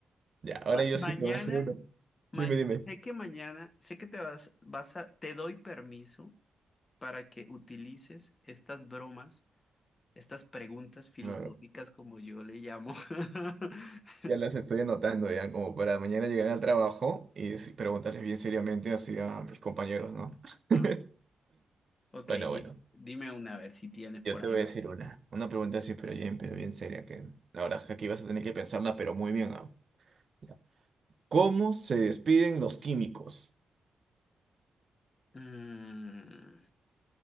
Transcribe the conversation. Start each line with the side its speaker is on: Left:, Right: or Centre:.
Right: Ya, ahora
Left: Va-
Right: yo sí
Left: mañana,
Right: te voy a hacer uno.
Left: ma-
Right: Dime, dime.
Left: sé que mañana, sé que te vas, vas a, te doy permiso para que utilices estas bromas, estas preguntas filosóficas
Right: No, no,
Left: como yo le llamo. <laughs>
Right: Ya las estoy anotando, ya, como para mañana llegar al trabajo y sí, preguntarles bien seriamente así a mis compañeros, ¿no? <laughs>
Left: Ah, ok,
Right: Bueno,
Left: di-
Right: bueno.
Left: dime una, a ver si tienes
Right: Yo
Left: por
Right: te
Left: ahí.
Right: voy
Left: una.
Right: a decir una. Una pregunta así, pero bien, pero bien seria, que la verdad es que aquí vas a tener que pensarla, pero muy bien, ¿ah? Ya. ¿Cómo se despiden los químicos?
Left: Mm,